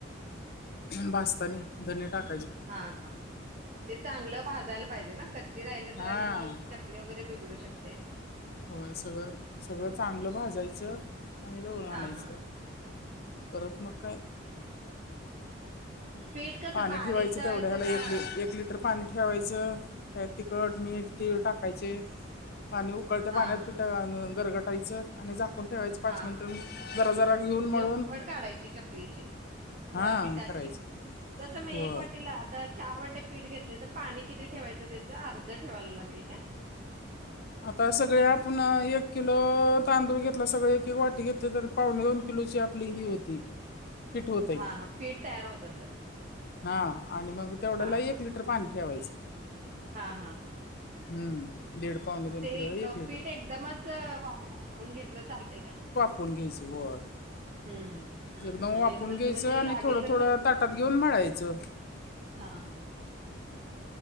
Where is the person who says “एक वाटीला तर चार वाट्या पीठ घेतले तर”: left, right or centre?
Right